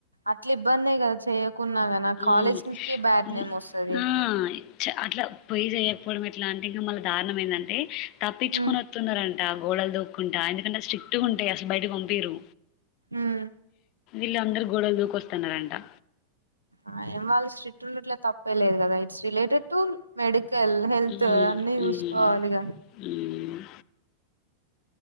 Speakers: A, on the right (about 80°); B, on the left (about 40°).
A: అట్లా ఇబ్బంది కదా చేయ అకున్నా క
B: హ్మ్.
A: కాలేజ్కే బ్యాడ్
B: హ్మ్.
A: నేమ్ వస్తుంది
B: ఆ! అట్లా పొయి చేయకపోవడం ఎట్లా అంటే ఇంకా మళ్ళ దారుారణం ఏంటంటే తప్పించుకొని
A: ఉమ్
B: వస్తున్నారండి గోడలు దక్కుంటా ఎందుకంటే స్ట్రిక్ట్గా ఉంటాయి అస బయటకి పంపియరు
A: ఉమ్
B: ఇలా అందరు గొడలు దూకి వస్త తనారు అంటా
A: ఆ ఏం వాళ్ళ స్ట్రిక్ట్ ఉండట్లే తప్పేలేదు కదా it's related to medical health
B: హ్మ్.
A: అన్ని
B: హ్మ్.
A: చూసుకోవాలిగాద
B: హ్మ్.